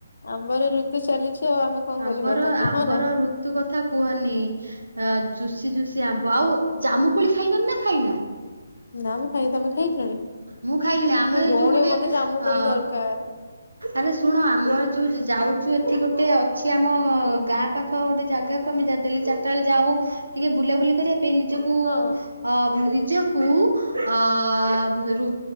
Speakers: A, on the left; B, on the right.
A: ଆମ୍ବର ଋତୁ ଚାଲିଛି ଆଉ ଆମେ କଣ
B: ଆମ୍ବର
A: କରିବା ତାହେଲେ
B: ଆମ୍ବର
A: ହଁ ନା
B: ଋତୁ କଥା କୁହନି ଆଁ ଜୁସି ଜୁସି କି ଆମ୍ୱ ଆଉ ଜାମୁକୋଳି ଖାଇଲନି ନା ଖାଇନା।
A: ନା ମୁ ଖାଇନି ତମେ ଖାଇଲଣି।
B: ମୁଁ ଖାଇଲିଣି ଆମେ
A: ଏ ଭଉଣୀ
B: ଯୋଉ ଗୋଟେ
A: ମତେ
B: ଅ
A: ଜାମୁ କୋଳି ଦରକାର
B: ଆରେ ଶୁଣ ଆମର ଯୋଉ ଯାଉଛୁ ଏଠି ଗୋଟେ ଅଛି ଆମ ଗାଁ ପାଖ ଗୋଟେ ଜାଗାକୁ ଆମେ ଯା ଡେଲି ଚାରିଟା ବେଳେ ଯାଉ ଟିକେ ବୁଲାବୁଲି କରିବା ପାଇଁ ନିଜକୁ
A: ହଁ
B: ଅ ନିଜକୁ ଅ ଋ